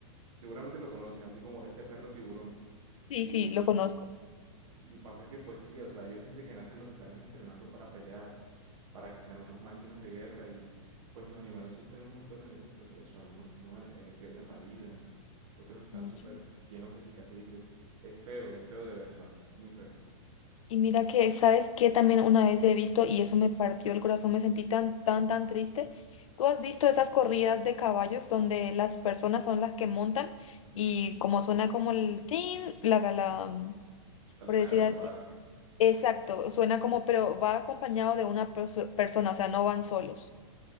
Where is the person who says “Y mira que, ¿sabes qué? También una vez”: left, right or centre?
Left